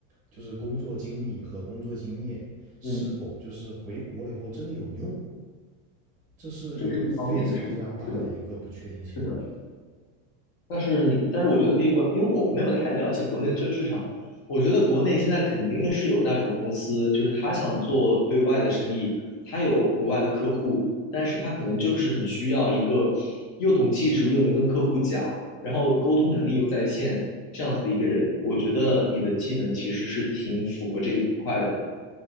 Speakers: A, on the right; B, on the left.
A: 就是工作经历和工作经验是否就是回国了以后真的有用，
B: 嗯，
A: 这是一个非常非常大的一个不确定性，
B: 这是一方面的事情。是的，是的。
A: 我觉得。
B: 但是你，但是我觉得可以关，因为我没有太了解国内的这个市场。我觉得国内现在肯定是有那种公司，就是他想做对外的生意，他有国外的客户，但是他可能就是很需要一个又懂技术又能跟客户讲，然后沟通能力又在线这样子的一个人。我觉得你的技能其实是挺符合这一块的。